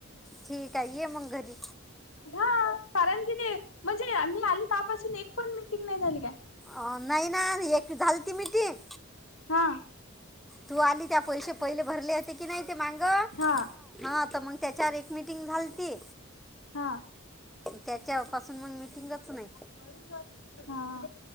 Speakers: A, in the centre; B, on the left (about 80°).
A: ठीक आहे ये मंग घरी!
B: हा कारण कि ते म्हणजे मी आली त्वापासून एक पण मीटिंग नाही झाली काय!
A: अ नाही ना आधी एक झाल ती मीटिंग.
B: हा.
A: तू आली त्या पैसे पहिले भरले होते की नाही ते माग
B: हा
A: हा तर मग त्याच्यावर एक मिटिंग झालती.
B: हा
A: त्याच्यापासून मग मिटिंगच नाही.
B: हा.